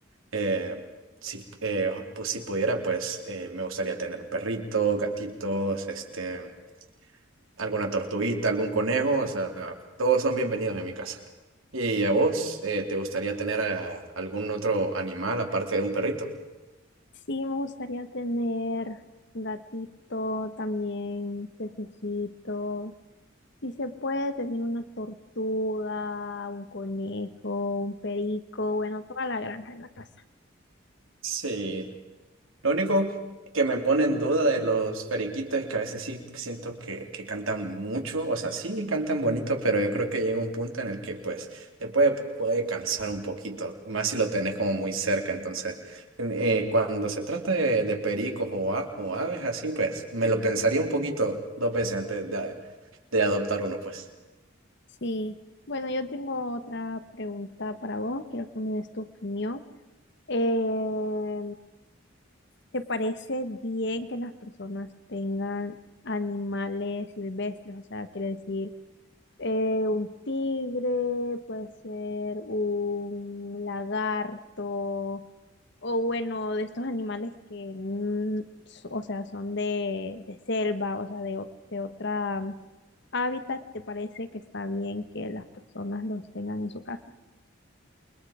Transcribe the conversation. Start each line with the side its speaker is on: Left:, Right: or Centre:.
Right: eh, si, eh, pues, si pudiera, pues eh, me gustaría tener un perrito, gatitos, este, alguna tortuguita, algún conejo, o sea, todos son bienvenidos en mi casa. ¿Y a vos eh, te gustaría tener eh, algún otro animal aparte de un perrito?
Left: Sí, me gustaría tener un gatito, también pececito. Si se puede tener una tortuga, un conejo, un perico, bueno, toda la granja en la casa.
Right: Sí, Lo único que me pone en duda de los periquitos es que a veces sí siento que, que cantan mucho, o sea, sí cantan bonito, pero yo creo que llega un punto en el que pues te puede, puede cansar un poquito, más si lo tenés como muy cerca. Entonces, eh, cuando se trata de, de pericos o, a- o aves así, pues me lo pensaría un poquito dos veces antes de, de adoptar uno, pues.
Left: Sí, bueno, yo tengo otra pregunta para vos, quiero que me des tu opinión. Eh, ¿Te parece bien que las personas tengan animales silvestres? O sea, quiere decir, eh, un tigre, puede ser un lagarto, o bueno, de estos animales que, mm, s- o sea, son de, de selva, o sea, de, o- de otra mm, hábitat, ¿te parece que está bien que las personas los tengan en su casa?